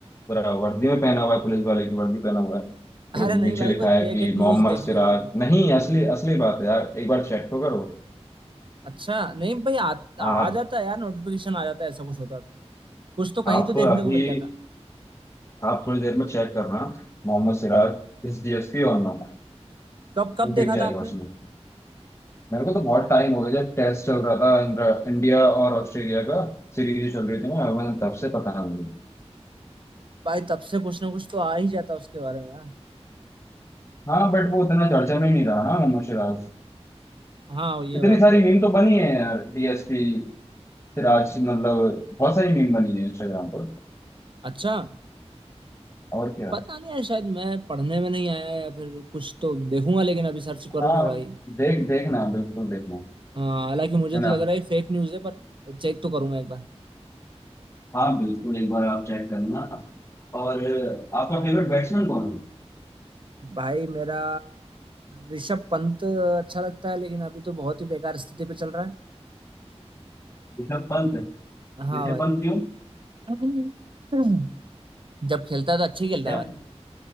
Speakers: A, on the left; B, on the right.
A: पूरा वर्दी में पहना हुआ है पुलिस वाले की वर्दी पहना हुआ है फिर
B: अरे
A: नीचे
B: नहीं भाई
A: लिखा
B: कोई
A: है
B: फेक
A: कि
B: एक
A: मोहम्मद
B: न्यूज देख
A: सिराज
B: ली होगी तुमने
A: नहीं असली असली बात है यार एक बार चेक तो करो
B: अच्छा नहीं भाई आ, आ
A: आप
B: जाता है यार नोटिफिकेशन आ जाता है ऐसा कुछ होता तो कुछ तो
A: आप
B: कहीं तो देखने
A: अभी
B: को मिल जाता
A: आप थोड़ी देर में चेक करना मोहम्मद सिराज इस डीएसपी और नो
B: कब कब
A: वो
B: देखा
A: दिख जाएगा
B: था आपने
A: उसमें मेरे को तो बहुत टाइम हो गया जब टेस्ट चल रहा था इंडिया और ऑस्ट्रेलिया का सीरीज चल रही थी ना मैं तब से पता नहीं
B: भाई तब से कुछ ना कुछ तो आ ही जाता उसके बारे में यार
A: हाँ बट वो उतना चर्चा में नहीं रहा ना मोहम्मद सिराज
B: हाँ ये
A: इतनी
B: बात
A: सारी
B: तो है भाई।
A: मीम तो बनी है यार डीएसपी सिराज मतलब बहुत सारी मीम बनी है इंस्टाग्राम पर
B: अच्छा
A: और क्या
B: पता नहीं है शायद मैं पढ़ने में नहीं आया या फिर कुछ तो देखूंगा लेकिन अभी सर्च करूंगा
A: हाँ
B: भाई
A: देख देखना बिल्कुल देखना
B: हाँ हालांकि मुझे
A: है
B: तो
A: ना
B: लग रहा है फेक न्यूज़ है पर चेक तो करूंगा एक बार
A: हाँ बिल्कुल एक बार आप चेक करना और अ, आपका फेवरेट बैट्समैन कौन
B: भाई मेरा ऋषभ पंत अच्छा लगता है लेकिन अभी तो बहुत ही बेकार स्थिति पे चल रहा है
A: है ऋषभ पंत
B: हाँ
A: ऋषभ
B: भाई
A: पंत क्यों
B: <laughs> जब खेलता है तो अच्छे खेलता
A: क्या
B: है भाई